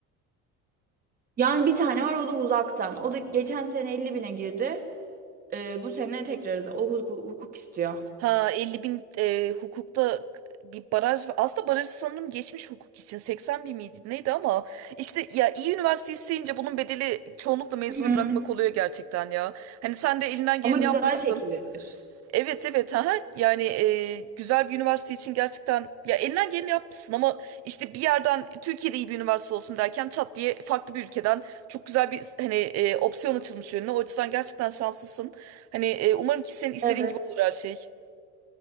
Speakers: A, on the right; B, on the right.
A: Yani bir tane var o da uzaktan. O da geçen sene 50 bine girdi. Ee, bu sene tekrar o hukuk, hukuk istiyor.
B: Ha elli bin e, hukukta bir baraj var. Aslında barajı sanırım geçmiş hukuk için 80 bin miydi neydi ama işte ya iyi üniversite isteyince bunun bedeli çoğunlukla mezunu
A: Hı hı.
B: bırakmak oluyor gerçekten ya. Hani sen de elinden geleni
A: Ama güzel
B: yapmışsın.
A: çekilir.
B: Evet evet ha yani e, güzel bir üniversite için gerçekten ya elinden geleni yapmışsın ama işte bir yerden Türkiye'de iyi bir üniversite olsun derken çat diye farklı bir ülkeden çok güzel bir hani e, opsiyon açılmış önüne. O açıdan gerçekten şanslısın. Hani e, umarım ki senin istediğin
A: Evet.
B: gibi olur her şey.